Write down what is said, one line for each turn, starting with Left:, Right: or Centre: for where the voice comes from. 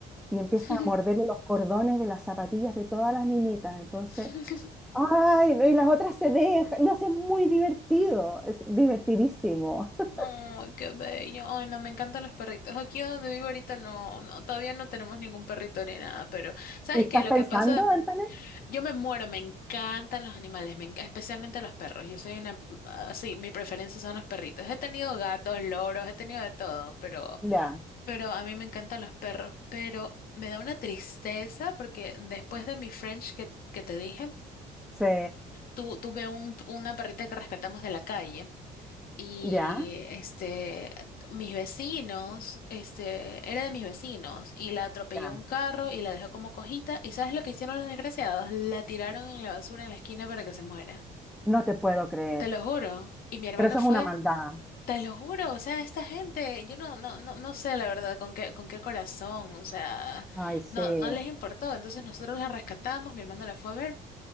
Centre: y empieza
Left: ujú.
Centre: a morderle los cordones de las zapatillas de todas las niñitas. Entonces,
Left: <laughs>
Centre: ay, no, y las otras se dejan, no sé, es muy divertido, es divertidísimo. <laughs>
Left: Ay, qué bello. Ay, no, me encantan los perritos. Aquí donde vivo ahorita no, no, todavía no tenemos ningún perrito ni nada, pero ¿sabes
Centre: ¿Y estás
Left: qué? Lo
Centre: pensando,
Left: que pasa,
Centre: Antonio?
Left: yo me muero, me encantan los animales, me enca- especialmente los perros. Yo soy una, así, mi preferencia son los perritos. He tenido gatos, loros, he tenido de todo, pero
Centre: Ya,
Left: Pero a mí me encantan los perros, pero me da una tristeza porque después de mi French que, que te dije,
Centre: sí,
Left: tu- tuve un, una perrita que rescatamos de la calle y
Centre: ya,
Left: este, mis vecinos, este, era de mis vecinos y la atropelló
Centre: ya.
Left: un carro y la dejó como cojita y ¿sabes lo que hicieron los desgraciados? La tiraron en la basura en la esquina para que se muera.
Centre: No te puedo creer.
Left: Te lo juro. Y mi hermano
Centre: Pero eso
Left: fue.
Centre: es una maldad.
Left: Te lo juro, o sea, esta gente, yo no, no, no, no sé la verdad con qué, con qué corazón, o sea,
Centre: Ay, sí,
Left: no, no les importó. Entonces nosotros la rescatamos, mi hermano la fue a ver.